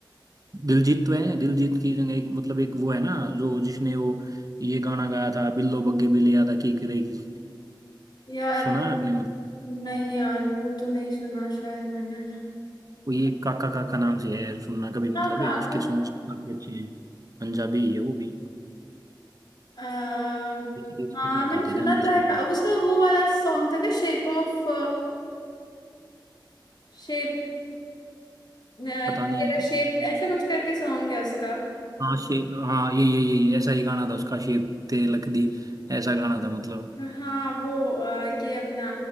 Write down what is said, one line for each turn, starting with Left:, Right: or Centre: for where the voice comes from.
Right: दिलजीत तो है दिलजीत की जगह एक मतलब एक वो है ना जो जिसने वो ये गाना गाया था बिल्लो बग्गे बिल्ली यादा की करेगी
Left: यार
Right: सुना है आपने मतलब
Left: नहीं यार वो तो नहीं सुना शायद मैंने
Right: कोई एक काका काका नाम से है सुनना कभी मतलब
Left: हाँ काकर
Right: है उसके सॉन्ग्स काफी अच्छे हैं पंजाबी है वो भी
Left: अ,
Right: किसी
Left: हाँ
Right: के साथ
Left: मैंने
Right: आते
Left: सुना
Right: थे उनके
Left: तो है
Right: सॉन्ग
Left: का, अब उसका वो वाला सॉन्ग था क्या शेप ऑफ शेप तेरा
Right: पता नहीं
Left: शेप ऐसा कुछ करके सॉन्ग है उसका
Right: हाँ शे हाँ ये ये ये ये, ऐसा ही गाना था उसका शेप तेरे लकदी ऐसा गाना था मतलब
Left: हाँ वो अ, ये अपना